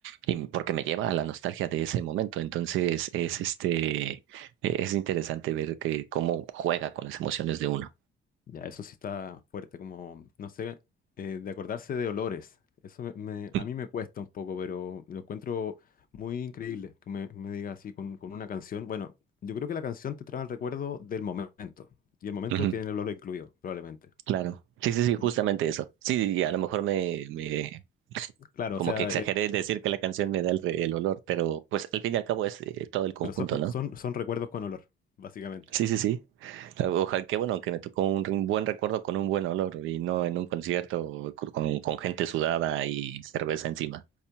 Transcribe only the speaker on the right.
y porque me lleva a la nostalgia de ese momento. Entonces
es este, eh, es interesante ver que cómo juega con las emociones de uno.
Mm,
ujú,
Claro. Sí, sí, sí,
justamente eso. Sí, y a lo mejor me, me
como
que exageré
el decir que la canción me da el, re- el olor, pero pues al fin y al cabo es eh, todo el conjunto,
¿no?
Sí, sí, sí. Ojalá que bueno, que me tocó un, un buen recuerdo con un buen olor y no en un concierto cu- con con gente sudada y cerveza encima.